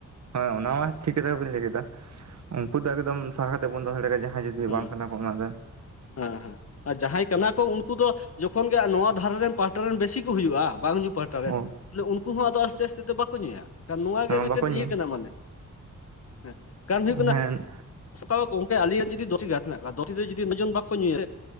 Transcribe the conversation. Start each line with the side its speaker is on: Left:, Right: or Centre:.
Right: ᱦᱮᱸ ᱚᱱᱟ ᱢᱟ ᱴᱷᱤᱠ ᱠᱟᱛᱷᱟ ᱜᱮᱵᱮᱱ ᱞᱟᱹᱭ ᱠᱮᱫᱟ ᱩᱱᱠᱩ ᱫᱚ ᱮᱠᱫᱚᱢ ᱥᱟᱦᱟ ᱠᱟᱛᱮᱫ ᱵᱚᱱ ᱫᱚᱦᱚ ᱫᱟᱲᱮ ᱡᱟᱦᱟᱸᱭ ᱡᱩᱫᱤ
Left: ᱦᱮᱸ
Right: ᱡᱮ ᱵᱟᱝ ᱠᱟᱱᱟᱠᱚ ᱚᱱᱟ ᱨᱮᱱ
Left: ᱦᱮᱸ ᱦᱮᱸ ᱟᱨ ᱡᱟᱦᱟᱸᱭ ᱠᱟᱱᱟ ᱠᱚ ᱩᱱᱠᱩ ᱫᱚ ᱡᱚᱠᱷᱚᱱ ᱜᱮ ᱱᱚᱣᱟ ᱫᱷᱟᱨᱮ ᱨᱮᱱ ᱯᱟᱦᱴᱟ ᱨᱮᱱ ᱵᱮᱥᱤ ᱠᱚ ᱦᱩᱭᱩᱜ-ᱟ ᱵᱟᱝᱼᱼ ᱯᱟᱦᱴᱟ ᱨᱮᱱ
Right: ᱦᱳᱭ
Left: ᱩᱱᱠᱩ ᱦᱚᱸ ᱟᱫᱚ ᱟᱥᱛᱮ ᱟᱥᱛᱮ ᱫᱚ ᱵᱟᱠᱚ ᱧᱩᱭᱟ ᱠᱷᱟᱱ ᱱᱚᱶᱟ
Right: ᱵᱟᱠᱚ
Left: ᱜᱮ ᱢᱤᱫᱴᱮᱱ
Right: ᱧᱮ
Left: ᱤᱭᱟᱹ ᱠᱟᱱᱟ ᱢᱟᱱᱮᱼᱼ ᱦᱮᱸ ᱠᱟᱨᱚᱱ ᱦᱩᱭᱩᱜ ᱠᱟᱱᱟ
Right: ᱦᱮᱸ
Left: ᱚᱠᱟ ᱜᱚᱢᱠᱮ ᱟᱞᱤᱧᱮᱱ ᱡᱩᱫᱤ ᱫᱚᱥᱤ ᱜᱷᱟᱛ ᱢᱮᱱᱟᱜ ᱠᱚᱣᱟ ᱫᱚᱥᱤ ᱨᱮ ᱡᱩᱫᱤ ᱱᱚᱡᱚᱱ ᱵᱟᱠᱚ ᱧᱩᱭᱟ